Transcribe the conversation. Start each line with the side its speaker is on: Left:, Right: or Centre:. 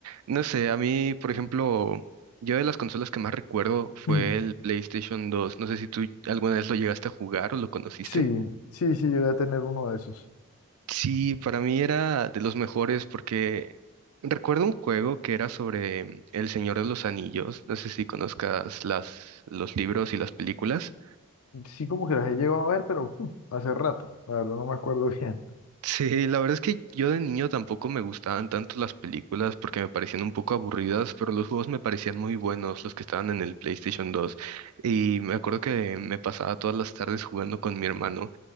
Right: no sé, a mí, por ejemplo, yo de las consolas que más recuerdo fue
Left: <clears throat>
Right: el PlayStation 2. No sé si tú alguna vez lo llegaste a jugar o lo conociste.
Left: sí, sí, sí, yo voy a tener uno de esos.
Right: Sí, para mí era de los mejores porque recuerdo un juego que era sobre mm, El Señor de los Anillos. No sé si conozcas las, los libros y las películas.
Left: Sí, como que las he llegado a ver, pero <laughs> hace rato, la verdad no me acuerdo <laughs> bien.
Right: Sí, la verdad es que yo de niño tampoco me gustaban tanto las películas porque me parecían un poco aburridas, pero los juegos me parecían muy buenos, los que estaban en el PlayStation dos Y me acuerdo que me pasaba todas las tardes jugando con mi hermano.